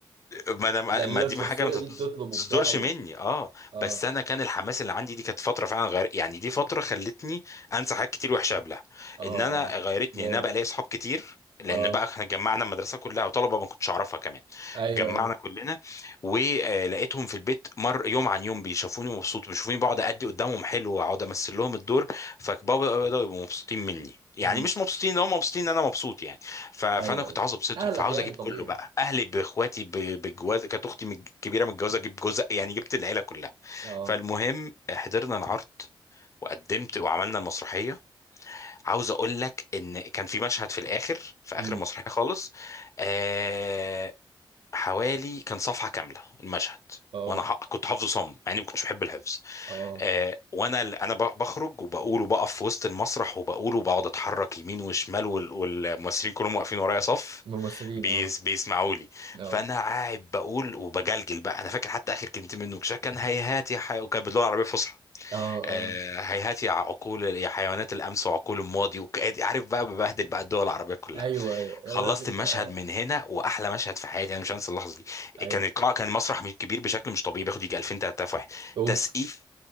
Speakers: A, on the left (about 35°); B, on the right (about 75°).
A: ما انا
B: يعني
A: ما
B: لو
A: دي
B: الشخصية
A: حاجه ما
B: دي بتطلب وبتاع
A: تصدرش
B: و...
A: مني اه
B: اه
A: بس انا كان الحماس اللي عندي دي كانت فتره فعلا غير يعني دي فتره خلتني انسى حاجات كتير وحشه قبلها
B: اه اه
A: ان انا غيرتني
B: جامد
A: ان انا بقى لي اصحاب كتير لان
B: اه
A: بقى احنا جمعنا المدرسه كلها وطلبه ما كنتش اعرفها كمان
B: ايوه
A: جمعنا
B: ايوه
A: كلنا ولقيتهم في البيت مر يوم عن يوم بيشوفوني مبسوط بيشوفوني بقعد ادي قدامهم حلو واقعد امثل لهم الدور فبابا يبقوا مبسوطين مني يعني
B: امم
A: مش مبسوطين ان هم مبسوطين ان انا مبسوط يعني ف- فانا
B: ايوه
A: كنت
B: ايوه
A: عاوز ابسطهم
B: اهلك
A: فعاوز
B: يعني
A: اجيب
B: طبيعي
A: كله بقى اهلي باخواتي ب- بالجواز كانت اختي متج- كبيره متجوزه اجيب جوز يعني جبت العيله كلها
B: اه
A: فالمهم حضرنا العرض وقدمت وعملنا المسرحيه عاوز اقول لك ان كان في مشهد في الاخر في اخر
B: امم
A: المسرحيه خالص آه حوالي كان صفحه كامله المشهد
B: اه
A: وانا ح- كنت حافظه صم مع اني ما كنتش بحب الحفظ
B: اه
A: آه، وانا ال- انا ب- بخرج وبقول وبقف في وسط المسرح وبقول وبقعد اتحرك يمين وشمال وال- والممثلين كلهم واقفين ورايا صف
B: ممثلين
A: بيس
B: اه
A: بيسمعوا لي
B: اه
A: فانا قاعد بقول وبجلجل بقى انا فاكر حتى اخر كلمتين منه كان هيهات يا حي... وكان باللغه العربيه الفصحى
B: اه
A: آه،
B: اه
A: هيهات يا عقول يا حيوانات الامس وعقول الماضي وك- عارف بقى ببهدل بقى الدول العربيه كلها
B: ايوه ايوه يا
A: خلصت
B: ولاد ال-
A: المشهد
B: اه
A: من هنا واحلى مشهد في حياتي انا مش هنسى اللحظه دي
B: ايوه
A: كان القاعه كان مسرح كبير بشكل مش طبيعي بياخد يجي 2000 3000 واحد
B: اوف
A: تسقيف